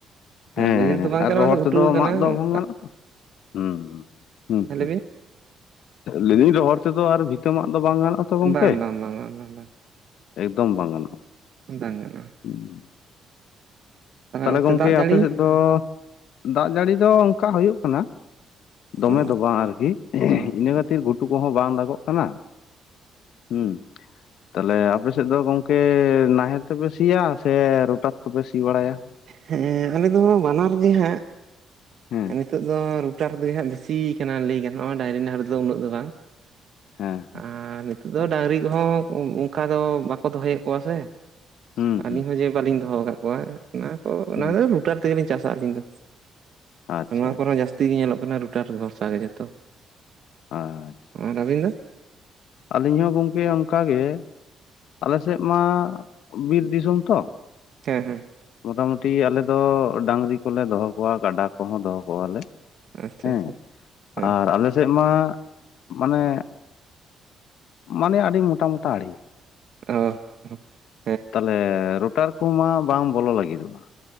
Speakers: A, on the left; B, on the right.
A: ᱦᱮᱸ
B: ᱵᱟᱹᱭᱦᱟᱹᱲ ᱫᱚ ᱵᱟᱝ
A: ᱟᱨ
B: ᱠᱟᱱᱟ
A: ᱨᱚᱦᱚᱲ
B: ᱚᱱᱟ ᱫᱚ ᱜᱷᱩᱴᱩ
A: ᱛᱮᱫᱚ
B: ᱟᱠᱟᱱᱟ
A: ᱢᱟᱜ ᱫᱚ
B: ᱚᱱᱠᱟ
A: ᱵᱟᱝ ᱜᱟᱱᱚᱜᱼᱟ ᱛᱚ ᱦᱩᱸ ᱦᱩᱸ ᱦᱩᱸ
B: ᱞᱟᱹᱭ ᱵᱤᱱ
A: ᱞᱟᱹᱭᱫᱤᱧ ᱨᱚᱦᱚᱲ ᱛᱮᱫᱚ ᱟᱨ ᱵᱷᱤᱛᱟᱹᱢᱟᱜ ᱫᱚ ᱵᱟᱝ ᱜᱟᱱᱚᱜᱼᱟ। ᱛᱚ ᱜᱚᱝᱠᱮ
B: ᱵᱟᱝ ᱵᱟᱝ ᱵᱟᱝ ᱵᱟᱝ ᱵᱟᱝ ᱵᱟᱝ
A: ᱮᱠᱫᱚᱢ ᱵᱟᱝ ᱜᱟᱱᱚᱜᱼᱟ᱾
B: ᱵᱟᱝ ᱜᱟᱱᱚᱜᱼᱟ᱾
A: <inaudible> ᱛᱟᱦᱚᱞᱮ
B: ᱚᱱᱛᱮ
A: ᱜᱚᱝᱠᱮ
B: ᱫᱟᱜ ᱡᱟᱹᱲᱤ
A: ᱟᱯᱮ ᱥᱮᱫ ᱫᱚ ᱫᱟᱜ ᱡᱟᱹᱲᱤ ᱫᱚ ᱚᱱᱠᱟ ᱦᱩᱭᱩᱜ ᱠᱟᱱᱟ᱾ ᱫᱚᱢᱮ
B: ᱚ
A: ᱫᱚ ᱵᱟᱝ ᱟᱨᱠᱤ
B: ᱚ
A: ᱤᱱᱟᱹ ᱠᱷᱟᱹᱛᱤᱨ ᱜᱷᱩᱴᱩ ᱠᱚᱦᱚᱸ ᱵᱟᱝ ᱫᱟᱜᱚᱜ ᱠᱟᱱᱟ। ᱦᱩᱸ ᱛᱟᱦᱚᱞᱮ ᱟᱯᱮ ᱥᱮᱫ ᱫᱚ ᱜᱚᱝᱠᱮ ᱱᱟᱦᱮᱞ ᱛᱮᱯᱮ ᱥᱤᱭᱟ ᱥᱮ ᱨᱚᱴᱟᱨ ᱛᱮᱯᱮ ᱥᱤ ᱵᱟᱲᱟᱭᱟ?
B: ᱦᱮᱸ ᱟᱞᱮ ᱫᱚ ᱵᱟᱱᱟᱨ ᱜᱮ ᱦᱟᱸᱜ
A: ᱦᱮᱸ
B: ᱱᱤᱛᱚᱜ ᱫᱚ ᱨᱩᱴᱟᱨ ᱜᱮ ᱦᱟᱸᱜ ᱵᱮᱥᱤ ᱠᱟᱱᱟ ᱞᱟᱹᱭ ᱜᱟᱱᱚᱜᱼᱟ ᱰᱟᱝᱨᱤ ᱱᱟᱦᱮᱞ ᱨᱮᱫᱚ ᱩᱱᱟᱹᱜ ᱫᱚ ᱵᱟᱝ
A: ᱦᱮᱸ
B: ᱟᱨ ᱱᱤᱛᱳ ᱫᱚ
A: ᱟᱪᱪᱷᱟ
B: ᱰᱟᱹᱝᱨᱤ ᱠᱚᱦᱚᱸ ᱚᱱᱠᱟ ᱫᱚ ᱵᱟᱠᱚ ᱫᱚᱦᱚᱭᱮᱫ ᱠᱚᱣᱟ ᱥᱮ
A: ᱦᱩᱸ
B: ᱟᱹᱞᱤᱧ
A: ᱦᱩᱸ
B: ᱦᱚᱸ ᱡᱮ ᱵᱟᱹᱞᱤᱧ ᱫᱚᱦᱚ ᱠᱟᱜ ᱠᱚᱣᱟ ᱚᱱᱟ ᱠᱚ ᱚᱱᱟ
A: ᱦᱩᱸ
B: ᱛᱮ <inaudible> ᱨᱩᱴᱟᱨ ᱛᱮᱜᱮᱞᱤᱧ ᱪᱟᱥᱟ ᱟᱹᱞᱤᱧ ᱫᱚ।
A: ᱟᱪᱪᱷᱟ
B: ᱱᱚᱣᱟ ᱠᱚᱨᱮ
A: ᱟᱪᱪᱷᱟ
B: ᱡᱟᱹᱥᱛᱤ ᱜᱮ ᱧᱮᱞᱚᱜ ᱠᱟᱱᱟ ᱨᱩᱴᱟᱨ ᱵᱷᱚᱨᱥᱟ ᱜᱮ ᱡᱷᱚᱛᱚ
A: ᱟᱪᱪᱷᱟ
B: ᱟᱨ ᱨᱵᱤᱱ ᱫᱚ
A: ᱟᱹᱞᱤᱧ ᱦᱚᱸ ᱜᱚᱝᱠᱮ ᱚᱱᱠᱟ ᱜᱮ ᱟᱞᱮᱥᱮᱫ ᱢᱟ ᱵᱤᱨ ᱫᱤᱥᱚᱢ ᱛᱚ
B: ᱦᱮᱸ ᱦᱮᱸ
A: ᱢᱚᱴᱟ ᱢᱩᱴᱤ ᱟᱞᱮ ᱫᱚ ᱰᱟᱝᱨᱤ ᱠᱚᱞᱮ ᱫᱚᱦᱚ ᱠᱚᱣᱟ ᱠᱟᱰᱟ ᱠᱚᱦᱚᱸ ᱫᱚᱦᱚ ᱠᱚᱣᱟᱞᱮ
B: ᱟᱪᱪᱷᱟ
A: ᱦᱮᱸ
B: ᱟᱪᱪᱷᱟ ᱦᱮᱸ
A: ᱟᱨ ᱟᱞᱮ ᱥᱮᱫ ᱢᱟ ᱢᱟᱱᱮ ᱢᱟᱱᱮ ᱟᱹᱰᱤ ᱢᱚᱴᱟ ᱢᱚᱴᱟ ᱟᱲᱮ
B: ᱚ ᱦᱳ
A: ᱛᱟᱦᱚᱞᱮ ᱨᱳᱴᱟᱨ ᱠᱚᱢᱟ ᱵᱟᱝ ᱵᱚᱞᱚ ᱞᱟᱹᱜᱤᱫᱚᱜᱼᱟ।